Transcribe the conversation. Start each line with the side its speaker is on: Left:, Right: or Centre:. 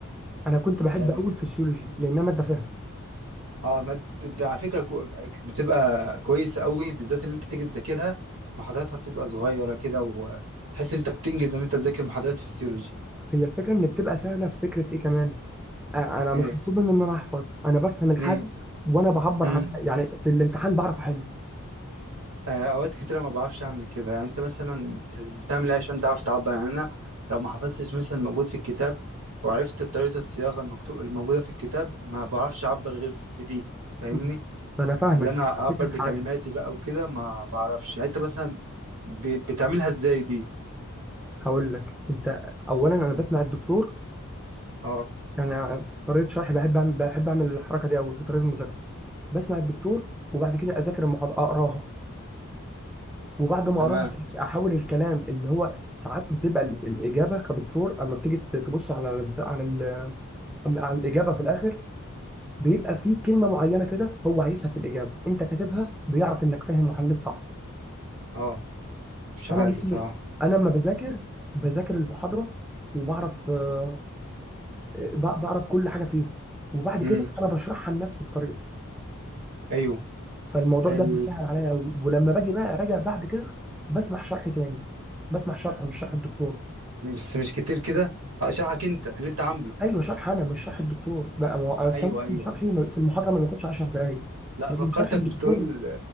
Centre: انا كنت بحب
Right: يعني
Centre: اول فسيولوجي لانها ماده فاهم
Right: اه ما ده على فكره كو- بتبقى كويسه قوي بالذات اللي انت تيجي تذاكرها محاضراتها بتبقى صغيره كده وتحس انت بتنجز لما انت تذاكر محاضرات فيسيولوجي
Centre: هي الفكره ان بتبقى سهله في فكره ايه كمان انا
Right: ايه
Centre: مش مطلوب مني ان انا احفظ انا بفهم الحاجه
Right: امم
Centre: وانا بعبر
Right: امم
Centre: عنها يعني في الامتحان بعرف احل
Right: آه اوقات كتيره ما بعرفش اعمل كده يعني انت مثلا بت- بتعمل ايه عشان تعرف تعبر يعني انا لو ما حفظتش مثلا موجود في الكتاب وعرفت طريقه الصياغه المكتوب الموجوده في الكتاب ما بعرفش اعبر غير بدي فاهمني
Centre: مم. ما انا فاهمك
Right: اللي انا
Centre: بس الفكره
Right: اعبر بكلماتي
Centre: في حاجه
Right: بقى وكده ما بعرفش يعني انت مثلا ب- بتعملها ازاي دي
Centre: هقول لك انت اولا انا بسمع الدكتور
Right: اه
Centre: انا في طريقه شرحي بحب اعمل بحب اعمل الحركه دي قوي في طريقه المذاكره بسمع الدكتور وبعد كده اذاكر المحاضره اقراها وبعد ما
Right: تمام
Centre: اقراها احاول الكلام اللي هو ساعات بتبقى ال- الاجابه كدكتور اما بتيجي ت- تبص على ال- على ال- على الاجابه في الاخر بيبقى فيه كلمه معينه كده هو عايزها في الاجابه انت كاتبها بيعرف انك فاهم وحليت صح
Right: اه مش
Centre: فانا
Right: عارف
Centre: مثل
Right: صراحة
Centre: انا لما بذاكر بذاكر المحاضره وبعرف آه، ب- بعرف كل حاجه فيها وبعد
Right: امم
Centre: كده انا بشرحها لنفسي بطريقتي
Right: ايوه
Centre: فالموضوع
Right: ال...
Centre: ده بيسهل عليا قوي ولما باجي بقى اراجع بعد كده بسمع شرح تاني بسمع شرح مش شرح الدكتور
Right: بس مش كتير كده آه، اشرحك انت اللي انت عامله
Centre: ايوه شرح انا مش شرح الدكتور بقى ما هو أصل
Right: ايوه
Centre: أنا مثلا
Right: ايوه
Centre: شرحي في المحاضره ما بياخدش 10 دقائق
Right: لا
Centre: لكن
Right: فكرتك
Centre: شرح الدكتور
Right: بتقول